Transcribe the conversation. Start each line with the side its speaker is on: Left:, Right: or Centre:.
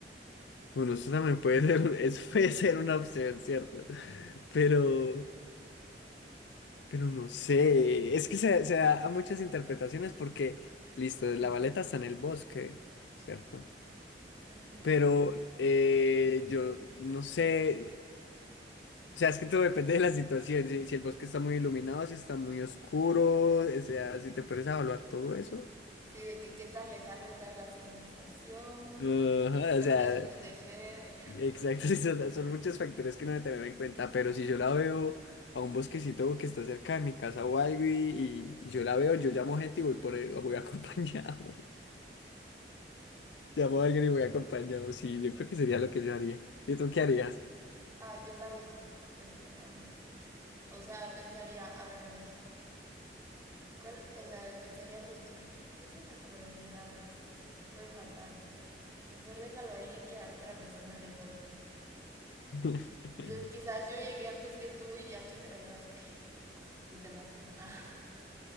Left: Bueno, eso también puede <laughs> ser, es puede ser una opción, ¿cierto? Pero, pero no sé, es que se, se da a muchas interpretaciones porque, listo,
Right: Sí.
Left: la baleta está en el bosque, ¿cierto?
Right: Ujú.
Left: Pero eh, yo no sé, o sea, es que todo depende de la situación, si, si el bosque está muy iluminado, si está muy oscuro, o sea, si te puedes evaluar todo eso.
Right: Sí, de que qué tan lejano está la civilización,
Left: Ajá,
Right: si te
Left: o sea,
Right: puedes proteger.
Left: Exacto, <laughs> sí, son, son muchos factores que no se tener en cuenta, pero si yo la veo a un bosquecito que está cerca de mi casa o algo y, y- y yo la veo, yo llamo gente y voy por el- voy acompañado. <laughs> Llamo a alguien y voy acompañado. Sí, yo creo que sería lo que yo haría. ¿Y tú qué harías?
Right: Ah, yo la dejo, definitivamente. O sea, pensaría, a ver, Ale, ¿cuál- o sea, pensaría justo de que, qué son las probabilidades, quizás te pueden matar. Mejor déjalo ahí que a otra persona le toque.
Left: <laughs>
Right: Entonces, quizás yo llegué antes que tú y ya tú te la llevaste y te matan. <laughs> Ah,